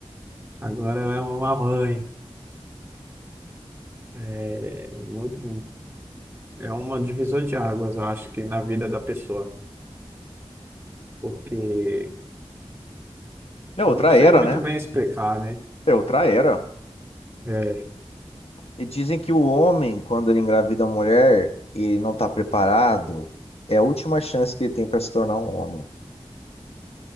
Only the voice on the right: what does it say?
Agora ela é uma mãe, é muito, é uma divisor de águas, eu acho que na vida da pessoa, porque
eu não sei
muito
bem explicar, né?
É,